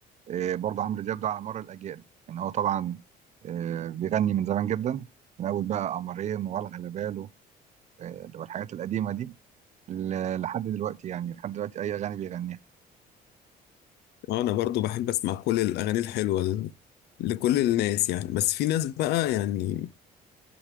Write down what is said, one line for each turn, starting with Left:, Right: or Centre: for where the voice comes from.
Right: آه، برضو عمرو دياب ده على مر الأجيال يعني هو طبعا آه، بيغني من زمان جدا من أول بقى قمرين ولا على باله آه، والحاجات القديمة دي ل- لحد دلوقتي يعني لحد دلوقتي أي أغاني بيغنيها
Left: آه، انا برضو بحب اسمع كل الاغاني الحلوة ل- لكل الناس يعني بس في ناس بقى يعني